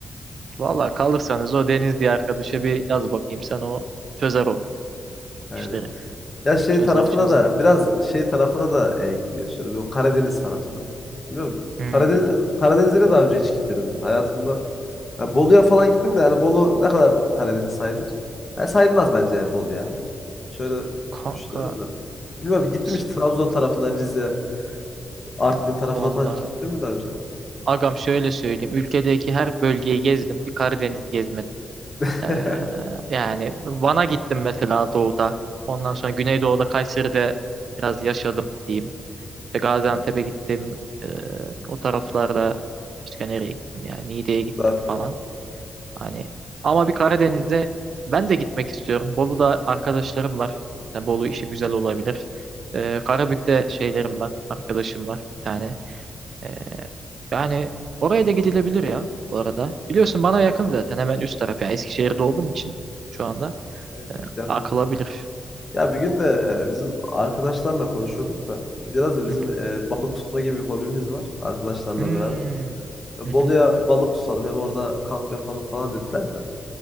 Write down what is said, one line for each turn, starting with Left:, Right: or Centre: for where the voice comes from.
Right: Valla kalırsanız o Deniz diye arkadaşa bir yaz bakayım sen o çözer o
Left: Aynen.
Right: işleri.
Left: Ya şey
Right: Çözer
Left: tarafına
Right: çözer.
Left: da biraz şey tarafına da e, gitmeyi düşünüyorum. Yok Karadeniz tarafına. Ya. Bilmiyorum.
Right: Hmm.
Left: Karadeniz'e Karadeniz'e de daha önce hiç gitmedim ben hayatımda. Ya Bolu'ya falan gittim de yani Bolu ne kadar Karadeniz sayılır? Ya sayılmaz bence ya Bolu ya. Şöyle
Right: Kanka
Left: düşünüyorum da. Bilmiyorum gittim
Right: s-
Left: hiç Trabzon tarafına, Rize, Artvin tarafına
Right: valla
Left: falan hiç gittim mi daha önce?
Right: agam şöyle söyleyeyim. Ülkedeki her bölgeyi gezdim. Bir Karadeniz gezmedim.
Left: <laughs>
Right: Ee, yani Van'a gittim mesela doğuda. Ondan sonra Güneydoğu'da Kayseri'de biraz yaşadım diyeyim. İşte Gaziantep'e
Left: Evet,
Right: gittim. Ee, o taraflarda başka nereye gittim yani Niğde'ye gittim
Left: zaten.
Right: falan. Hani ama bir Karadeniz'e ben de gitmek istiyorum. Bolu'da arkadaşlarım var. Yani Bolu işi güzel olabilir. Ee, Karabük'te şeylerim var. Arkadaşım var bir tane. Ee, yani oraya da gidilebilir ya bu arada. Biliyorsun bana yakın zaten hemen üst taraf. Yani Eskişehir'de olduğum için şu anda
Left: Evet
Right: e,
Left: evet yakın.
Right: akılabilir.
Left: Ya bir gün de e, bizim arkadaşlarla konuşuyorduk da biraz da bizim
Right: Hı hı.
Left: e, balık tutma gibi bir hobimiz var arkadaşlarla
Right: Hmm.
Left: beraber. E,
Right: Hı
Left: Bolu'ya
Right: hı.
Left: balık tutalım hem orada kamp yapalım falan dediler de.